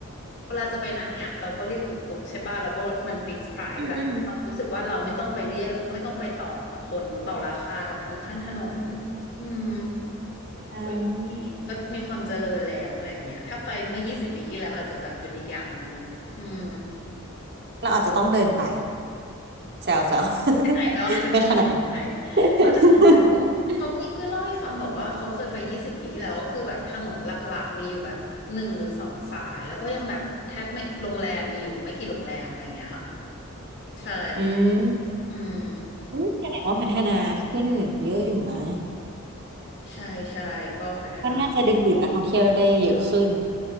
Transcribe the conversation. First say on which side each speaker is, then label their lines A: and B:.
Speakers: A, on the left; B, on the right.
A: เวลาจะไปไหนอ่ะเราก็เรียกตุกตุกใช่ป่ะเราก็มันฟิกซ์ไพรซ์อ่ะเรารู้สึกว่าเราไม่ต้องไปเรียกแล้วก็ไม่ต้องไปต่อกับคนต่อราคากับคนข้างถนน
B: อืมอืม
A: อืม
B: อ่
A: ก็ดีก็มีความเจริญแล้วอะไรเงี้ยถ้าไปเมื่อยี่สิบปีที่แล้วอาจจะแบบเป็นอีกอย่างหนึ่งอืม
B: าเราอาจจะต้องเดินไปแซวแซว <laughs>
A: ใช่เราอาจจะต้องเดินไป
B: ไม่ขนาดนั้น <laughs>
A: อาจจะต้องเดินเขามีเพื่อนเล่าให้ฟังบอกว่าเขาเคยไปยี่สิบปีที่แล้วก็คือแบบถนนหลักๆมีอยู่แบบหนึ่งหรือสองสายแล้วก็ยังแบบแทบไม่โรงแรมมีอยู่ไม่กี่โรงแรมอะไรเงี้ยค่ะใช่
B: อืม
A: อืม
B: อืมแสดงว่าพัฒนาขึ้นเยอะอยู่นะ
A: ใช่ใช่ก็พัฒนา
B: ก็น่าจะดึงดูดนักท่องเที่ยวได้เยอะขึ้น